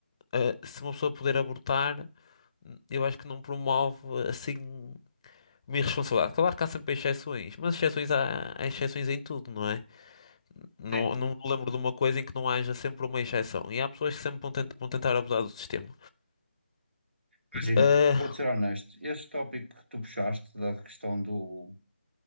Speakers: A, on the left; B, on the right.
A: eh, se uma pessoa puder abortar, n- eu acho que não promove assim uma irresponsabilidade. Claro que há sempre exceções, mas exceções há, há exceções em tudo, não é? Não,
B: Sim.
A: não me lembro de uma coisa em que não haja sempre uma exceção. E há pessoas que sempre vão, tent- vão tentar abusar do sistema.
B: Imagina,
A: Ah,
B: vou-te ser honesto, este tópico que tu puxaste da questão do,